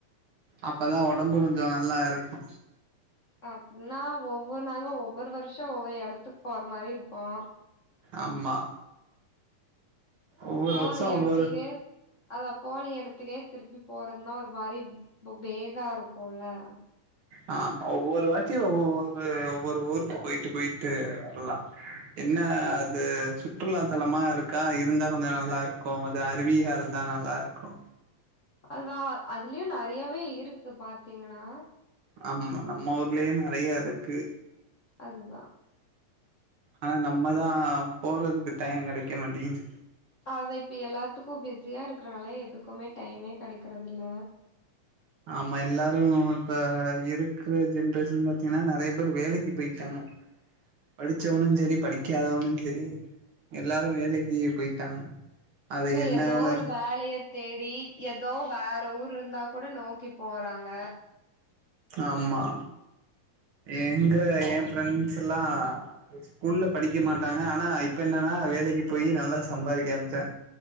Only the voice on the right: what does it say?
அப்பதா ஒடம்பு கொஞ்சோ நல்லாருக்கு
ஆமா ஒவ்வொரு
வருஷோ ஒவ்வொரு
ஆ ஒவ்வொரு வாட்டியு ஒவ்வொரு ஒவ்வொரு ஊருக்கு போய்ட்டு போய்ட்டு வர்லா என்ன அது சுற்றுலாத்தலமா இருக்கா இருந்தா கொஞ்சோ நல்லாருக்கு இந்த அருவியா இருந்தா நல்லாருக்கு
ஆமா நம்ம ஊர்லயே நெறைய இருக்கு
ஆனா நம்மதா போறதுக்கு டையோ கெடைக்க மாட்டீங்கிது
ஆமா எல்லாரு இப்ப இருக்கற ஜென்ரேஷன் பாத்தீங்கன்னா நறைய பேர் வேலைக்கு போயிட்டாங்க படிச்சவனும் செரி படிக்காதவனும் செரி எல்லாரு வேலைக்கு போயிட்டாங்க அது
என்ன
வேல
ஆமா எங்க எயா ஃப்ரெண்ட்ஸ் எல்லா அது ஸ்கூல்ல படிக்க மாட்டாங்க ஆனா இப்ப என்னன்னா வேலைக்கு போய் நல்லா சம்பாதிக்க ஆரம்பிச்சா